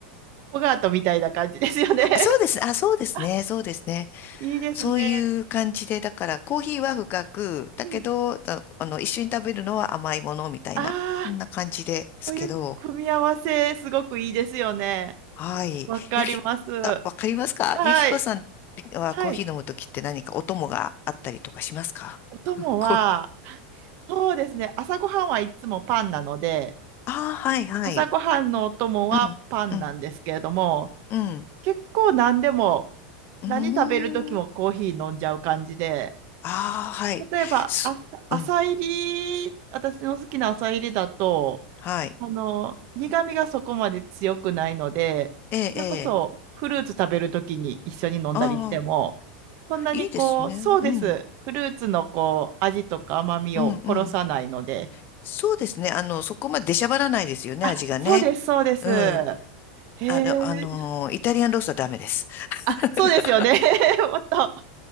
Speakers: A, on the right; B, on the left.
A: アフォガートみたいな感じですよね。<laughs>
B: あ、そうです。あ、そうですね。
A: あ、
B: そうですね。
A: いいですね。
B: そういう感じで、だからコーヒーは深く、
A: うん。
B: だけど、ああの、一緒に食べるのは甘いものみたいな、
A: ああ、
B: そんな感じですけど、
A: そういう組み合わせ、すごくいいですよね。
B: はい。
A: わかります。
B: ゆき、あ、わかりますかゆきこさんはコーヒー飲むときって何かお供があったりとかしますか
A: はい。はい。お供は、
B: <laughs> こう、
A: そうですね。朝ごはんはいつもパンなので、
B: ああ、はい、はい。
A: 朝ごはんのお供はパンなんですけれども、
B: うん、うん、うん。
A: 結構何でも、
B: うー
A: 何食べる時もコーヒー飲んじゃう感じで、
B: ん。ああ、はい。
A: 例えば、
B: す、
A: あ、浅入
B: うん、
A: り、私の好きな浅入りだと、
B: はい。
A: あの、苦味がそこまで強くないので、
B: ええ、
A: それこそフルーツ食べるときに一緒に飲んだりしても、
B: ええ。ああ、
A: そんなにこう、
B: いいですね。
A: そうです。
B: うん、
A: フルーツのこう、味とか甘みを殺さないので、
B: うん、うん。そうですね。あの、そこまで出しゃばらないですよね、
A: あ、
B: 味がね。
A: そうです、そうです。
B: うん。
A: へえ、
B: あの、あのーイタリアンロースはダメです。
A: あ、
B: <laughs>
A: そうですよね。<laughs> もっと、